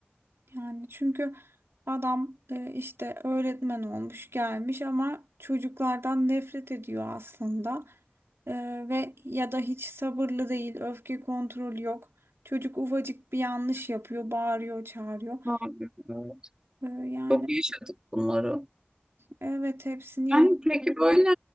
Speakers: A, on the right; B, on the right.
A: Yani çünkü adam e, işte öğretmen olmuş gelmiş ama çocuklardan nefret ediyor aslında. E, ve ya da hiç sabırlı değil, öfke kontrolü yok. Çocuk ufacık bir yanlış yapıyor, bağırıyor, çağırıyor.
B: Abi, evet.
A: E, yani
B: Çok yaşadık bunları.
A: evet hepsini
B: Yani peki böyle